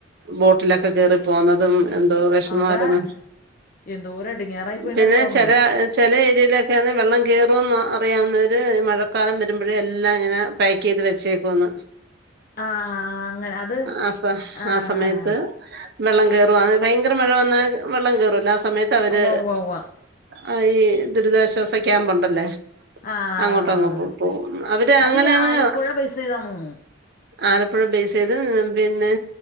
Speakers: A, on the right; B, on the left.
A: ബോട്ട്ലൊക്കെ കേറി പോന്നതും എന്തോ വെഷമവായ്ര്ന്ന്
B: അതാ എന്തോരം എടങ്ങേറായി പോയിന്നറിയാവോ
A: പിന്നെ
B: അന്ന്
A: ചെല ചെല ഏര്യേലൊക്ക്യാന്നേ വെള്ളം കേറുവെന്ന് അറിയാവുന്നവര് മഴക്കാലം വരുമ്പഴേ എല്ലാം ഇങ്ങനെ പാക്കെയ്ത് വെച്ചേക്കുവൊന്ന്
B: ആഹ് അങ്ങന അത്
A: ആ സ
B: ആഹ്
A: ആ സമയത്ത് വെള്ളം കേയറുവാണേ ഭയങ്കര മഴ വന്നാൽ വെള്ളം കേറൂലേ ആ സമയത്ത് അവര്
B: ഉവ്വ ഉവ്വ ഉവ്വ
A: ആഹ് ഈ ദുരിതാശ്വാസ ക്യാമ്പൊണ്ടല്ലൊ
B: ആഹ്
A: അങ്ങോട്ട് അങ്ങ് പോവും അവര് അങ്ങന
B: അത് ഈ
A: അങ്ങ്
B: ആലപ്പുഴ ബേസ് ചെയ്താന്ന് തോന്നുന്നു
A: ആലപ്പുഴ ബേസെയ്ത് പിന്നെ